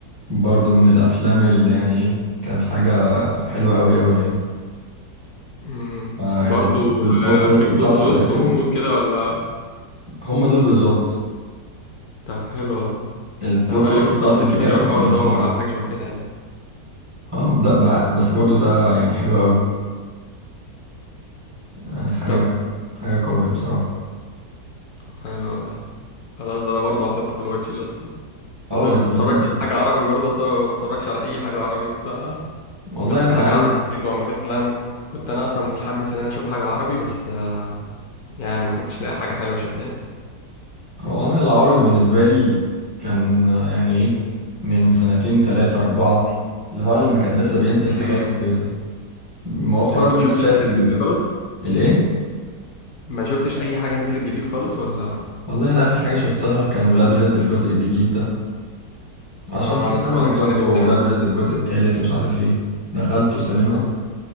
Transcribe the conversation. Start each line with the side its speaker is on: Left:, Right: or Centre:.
Right: برضو من الأفلام اللي يعني ايه كان حاجة حلوة أوي أوي يعني
Left: امم
Right: آه
Left: برضو
Right: يعني والبلوت
Left: آه،
Right: تويست
Left: في بلوت
Right: بتاعته
Left: تويست
Right: في الآخر
Left: وغموض كده ولا
Right: هم دول بالظبط
Left: طب حلو والله
Right: البلوت
Left: انا بقالي
Right: تويست
Left: فتره
Right: بتاعته
Left: اصلا
Right: اللي
Left: كبيره
Right: في الآخر
Left: بحاول
Right: كانت
Left: ادور
Right: حلوة أوي.
Left: على حاجه شبه كده يعني
Right: اه لا ب- بس برضو ده يعني حلو أوي يعني حاجة
Left: طب
Right: حاجة قوية بصراحة
Left: حلو والله خلاص ده انا برضه هحطه في الواتش ليست
Right: اه
Left: طب انت
Right: بجد
Left: اتفرجت
Right: لازم
Left: على حاجه عربي برضه اصلا ما بتفرجش على اي حاجه عربي انت
Right: والله
Left: لو في
Right: انت
Left: حاجه
Right: عارف
Left: عربي حلوه مثلا كنت انا اصلا متحمس ان انا اشوف حاجه عربي بس آه، يعني ما كنتش لاقي حاجه حلوه شداني
Right: هو أنا العربي بالنسبة لي كان آه، يعني ايه من سنتين تلاتة أربعة اللي هو لما كان لسه بينزل
Left: امم
Right: حاجات كويسة مؤخرا
Left: يعني انت ما شفتش
Right: بدأت
Left: الحاجات
Right: ال...
Left: الجديده خالص
Right: الايه
Left: ما شفتش اي حاجه نزلت جديد خالص ولا
Right: والله انا اخر حاجة شفتها كان ولاد رزق الجزء الجديد ده عشان
Left: اه
Right: كده
Left: انا اتفرجت
Right: عامل ضجة
Left: عليه في السينما
Right: وولاد
Left: ده
Right: رزق الجزء التالت ومش عارف ايه دخلته سينما
Left: أنا-